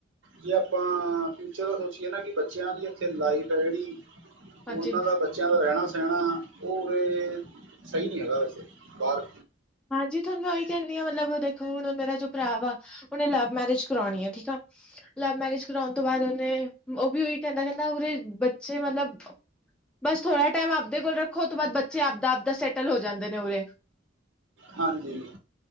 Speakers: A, on the right; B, in the centre.
A: ਜੇ ਆਪਾਂ ਫਿਊਚਰ ਸੋਚੀਏ ਨਾ ਕਿ ਬੱਚਿਆਂ ਦੀ ਇੱਥੇ ਲਾਈਫ ਹੈ ਜਿਹੜੀ ਉਹਨਾਂ
B: ਹਾਂਜੀ
A: ਦਾ ਬ ਬੱਚਿਆਂ ਦਾ ਰਹਿਣਾ ਸਹਿਣਾ ਉਹ ਉਰੇ ਸਹੀ ਨੀ ਹੈਗਾ ੳੱਥੇ ਬਾਰ।
B: ਹਾਂਜੀ ਤੁਹਾਨੂੰ ਮੈਂ ਉਹੀ ਕਹਿੰਦੀ ਹਾਂ ਮਤਲਬ ਦੇਖੋ ਹੁਣ ਮੇਰਾ ਜੋ ਭਰਾ ਵਾ ਉਹਨੇ ਲਵ ਮੈਰਿਜ ਕਰਉਣੀ ਹੈ ਠੀਕ ਆ। ਲਵ ਮੈਰਿਜ ਕਰਾਉਣ ਤੋਂ ਬਾਅਦ ਉਹਨੇ ਉਹ ਵੀ ਉਹੀ ਕਹਿੰਦਾ ਕਹਿੰਦਾ ਉਰੇ ਬੱਚੇ ਮਤਲਬ ਬਸ ਥੋੜਾ ਟਾਈਮ ਆਪਦੇ ਕੋਲ ਰੱਖੋ ਉਹ ਤੋਂ ਬਾਦ ਬੱਚੇ ਆਪਦਾ-ਆਪਦਾ ਸੈਟਲ ਹੋ ਜਾਂਦੇ ਨੇ ਉਰੇ।
A: ਹਾਂਜੀ,